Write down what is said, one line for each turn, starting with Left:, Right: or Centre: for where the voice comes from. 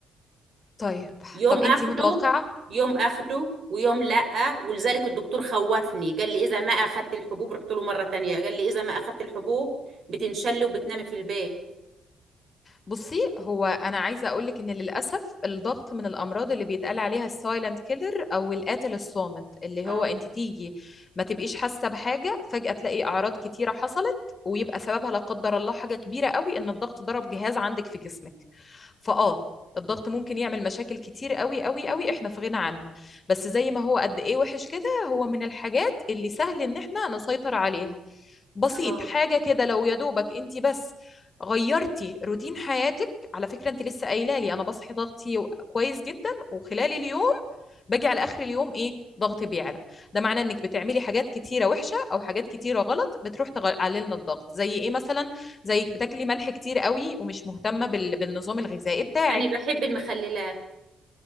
Left: طيب
Right: يوم
Left: طب انت
Right: اخده
Left: متوقعة
Right: يوم اخده ويوم لأ ولذلك الدكتور خوفني قال لي اذا ما اخدت الحبوب رحت له مرة تانية قال لي اذا ما اخدت الحبوب بتنشلي وبتنامي في البيت
Left: بُصّي، هو أنا عايزة أقول لِك إن للأسف الضغط من الأمراض اللي بيتقال عليها الsilent killer أو القاتل الصامت، اللي
Right: اه
Left: هو أنتِ تيجي ما تبقيش حاسة بحاجة، فجأة تلاقي أعراض كتيرة حصلت، ويبقى سببها لا قدر الله حاجة كبيرة أوي إن الضغط ضرب جهاز عندِك في جسمِك. فآه، الضغط ممكن يعمل مشاكل كتير أوي، أوي، أوي إحنا في غنى عنها، بس زي ما هو قد إيه وِحِش كده، هو من الحاجات اللي سهل إن إحنا نسيطر عليها. بسيط،
Right: اه
Left: حاجة كده لو يا دوبك أنتِ بس غيرتي روتين حياتك على فكرة انت لسه قايله لي انا بصحي ضغطي كويس جدا وخلال اليوم باجي على اخر اليوم ايه ضغطي بيعلى ده معناه انك بتعملي حاجات كتيره وحشه او حاجات كتيره غلط بتروح تقلل لنا الضغط زي ايه مثلا زيك
Right: مم.
Left: بتاكلي ملح كتير قوي ومش مهتمه بال... بالنظام الغذائي بتاعك
Right: انا بحب المخللات